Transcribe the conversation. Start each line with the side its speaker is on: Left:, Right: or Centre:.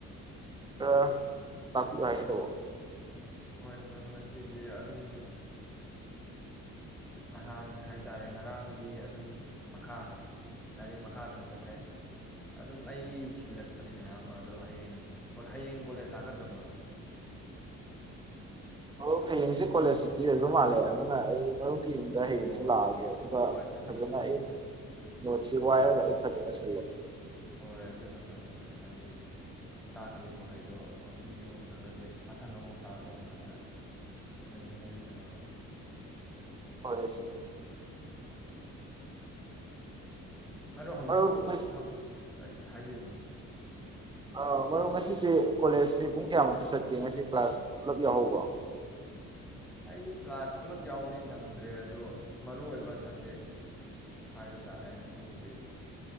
Right: ꯑ ꯇꯥꯛꯄꯤꯌꯣ ꯍꯥꯏꯒꯦ ꯇꯧꯕ
Centre: ꯍꯣꯏ ꯃꯪ ꯉꯁꯤꯖꯦ ꯑꯗꯨꯝ ꯅꯍꯥꯟ ꯍꯥꯏꯇꯥꯔꯦ ꯉꯔꯥꯡꯒꯤ ꯑꯗꯨꯝ ꯃꯈꯥ ꯂꯥꯏꯔꯤꯛ ꯃꯈꯥ ꯑꯗꯨꯝ ꯆꯠꯊꯩ ꯑꯗꯨꯝ ꯑꯩ ꯁꯤꯜꯂꯛꯄꯅꯤ ꯃꯌꯥꯝ ꯃꯥ ꯑꯗꯣ ꯍꯌꯦꯡ ꯍꯌꯦꯡ ꯀꯣꯂꯦꯖ ꯂꯥꯛꯀꯗ꯭ꯔ ꯃꯔꯨꯞ
Right: ꯑꯣ ꯍꯌꯦꯡꯁꯦ ꯀꯣꯂꯦꯖ ꯁꯨꯇꯤ ꯑꯣꯏꯕ ꯃꯥꯜꯂꯦ ꯑꯗꯨꯅ ꯑꯩ ꯃꯔꯨꯞ ꯀꯤꯟꯗ ꯍꯌꯦꯡꯁꯤ
Centre: ꯑꯣ
Right: ꯂꯥꯛꯑꯒꯦ ꯑꯗꯨꯒ
Centre: ꯍꯣꯏ ꯆꯨꯝꯃꯤ
Right: ꯐꯖꯅ
Centre: ꯆꯨꯝꯃꯤ
Right: ꯑꯩ ꯅꯣꯠꯁꯤ ꯋꯥꯏꯌꯔꯒ ꯑꯩ ꯐꯖꯅ ꯁꯤꯜꯂꯒꯦ
Centre: ꯍꯣꯏ ꯑꯗꯨꯅ ꯐꯅꯤ ꯃꯔꯨꯞ ꯍꯥꯏꯗꯤ ꯇꯥꯛꯈꯤꯕ ꯃꯈꯩꯗꯣ ꯍꯧꯖꯤꯛ ꯌꯦꯡꯍꯧꯗ꯭ꯔꯒꯗꯤ ꯃꯊꯪ ꯑꯃꯣꯛ ꯇꯥꯔꯛꯄ ꯃꯇꯝꯗ ꯅꯖꯤꯟꯅꯒꯤꯗꯅꯕ
Right: ꯍꯣꯏ ꯏꯁꯤ
Centre: ꯎꯝ ꯃꯔꯨ ꯍꯧꯖꯤꯕꯨ
Right: ꯃꯔꯨꯞ ꯉꯁꯤ
Centre: ꯍꯧ ꯀꯔꯤ ꯍꯥꯏꯕꯤꯌꯨ ꯃꯔꯨꯞ
Right: ꯑ ꯃꯔꯨꯞ ꯉꯁꯤꯁꯦ ꯀꯣꯂꯦꯖꯁꯤ ꯄꯨꯡ ꯀꯌꯥꯃꯨꯛꯇ ꯆꯠꯀꯦ ꯉꯁꯤ ꯀ꯭ꯂꯥꯁ ꯄꯨꯂꯞ ꯌꯥꯎꯍꯧꯕꯣ
Centre: ꯑꯩ ꯀ꯭ꯂꯥꯁ ꯄꯨꯂꯞ ꯌꯥꯎꯕꯗꯤ ꯅꯪꯗ꯭ꯔꯦ ꯑꯗꯣ ꯃꯔꯨ ꯑꯣꯏꯕ ꯁꯕꯖꯦꯛ ꯍꯥꯏꯕ ꯇꯥꯔꯦ ꯑꯗꯨꯕꯨꯗꯤ